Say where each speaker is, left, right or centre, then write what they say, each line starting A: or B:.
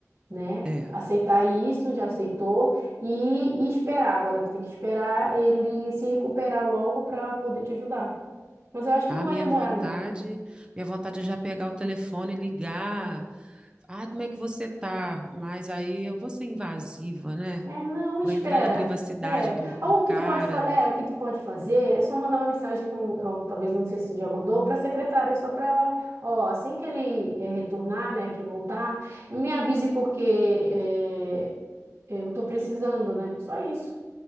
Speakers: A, on the right; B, on the right.
A: né?
B: É.
A: Aceitar isso, já aceitou, e, e esperar. Agora, tu tem que esperar ele se recuperar logo para poder te ajudar. Mas eu acho que
B: A
A: não vai
B: minha
A: demorar,
B: vontade,
A: não.
B: minha vontade é já pegar o telefone e ligar. Ah, como é que você tá? Mas aí eu vou ser invasiva, né?
A: É, não, espera.
B: Vou entrar na privacidade
A: É,
B: do,
A: Ah,
B: do
A: o que
B: cara.
A: tu pode fa- é, o que tu pode fazer é só mandar uma mensagem com, ó, talvez não sei se tu já mandou, para a secretária, só para ela, ó, assim que ele eh, retornar, né, que voltar, me avise porque eh, eu tô precisando, né? Só isso.